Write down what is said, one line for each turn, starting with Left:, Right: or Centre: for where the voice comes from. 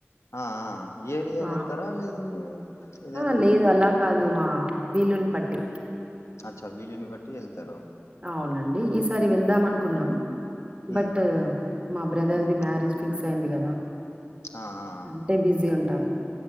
Left: ఆ ఆ ఇయర్ ఇయర్
Right: ఆ!
Left: ఎళ్తరా లేదు ఎదైనా
Right: ఆ! లేదు అలా కాదు మా వీలుని బట్టి.
Left: అచ్చా వీలుని బట్టి ఎళ్తరు.
Right: అవునండి ఈసారి వెళ్దాం అనుకున్నం బట్
Left: ఉమ్
Right: మా brother
Left: um
Right: the marriage fix అయింది కదా.
Left: ఆఆ ఆ
Right: అంటే బిజీ ఉంటాం.